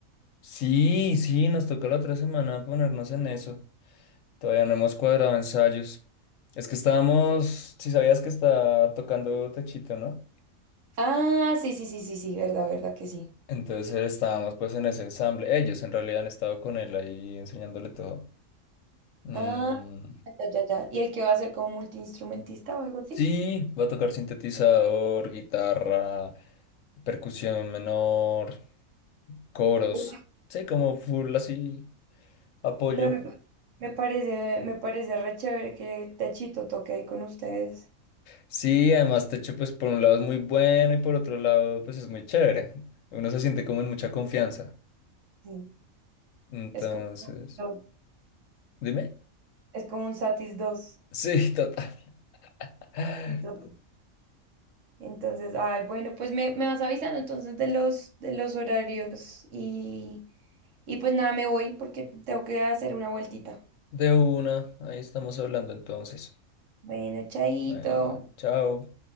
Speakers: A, on the left; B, on the right.
A: Sí, sí, nos toca la otra semana ponernos en eso. Todavía no hemos cuadrado ensayos. Es que estábamos, si sabías que está tocando Techito, ¿no?
B: Ah, sí, sí, sí, sí, sí, verdad, verdad que sí.
A: Entonces estábamos pues en ese ensamble. Ellos en realidad han estado con él ahí enseñándole todo. Mm,
B: Ah, ya, ya, ya. ¿Y el que va a ser como multiinstrumentista o algo así?
A: sí, va a tocar sintetizador, guitarra, percusión menor, coros.
B: Uy,
A: Sí, como full así. Apoyo.
B: Pero me, me parece, me parece re chévere que Techito toque ahí con ustedes.
A: Sí, además Techo pues por un lado es muy bueno y por otro lado pues es muy chévere. Uno se siente como en mucha confianza.
B: Sí.
A: Entonces,
B: Es como, un Satis dos,
A: dime.
B: es como un Satis 2.
A: Sí, total. <laughs>
B: Sí, total. Entonces, ay, bueno, pues me, me vas avisando entonces de los, de los horarios y, y pues nada, me voy porque tengo que hacer una vueltita.
A: De una, ahí estamos hablando entonces.
B: Bueno, chaito.
A: Bueno, chao.